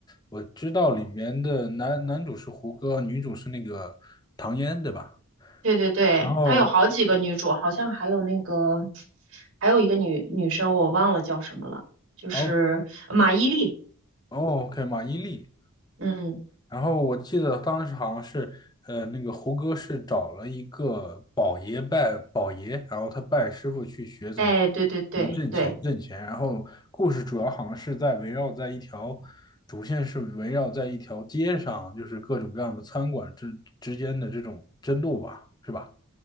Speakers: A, on the left; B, on the right.
A: 我知道里面的男男主是胡歌，女主是那个唐嫣，对吧？
B: 对对对，
A: 然后
B: 她有好几个女主，好像还有那个，还有一个女女生，我忘了叫什么了，就是呃马伊琍。
A: 然后哦，OK，马伊琍，
B: 嗯，
A: 然后我记得当时好像是，呃，那个胡歌是找了一个宝爷拜宝爷，然后他拜师傅去学怎么
B: 哎，对对对对，
A: 怎么挣钱挣钱。然后故事主要好像是在围绕在一条主线是围绕在一条街上，就是各种各样的餐馆之之间的这种争斗吧，是吧？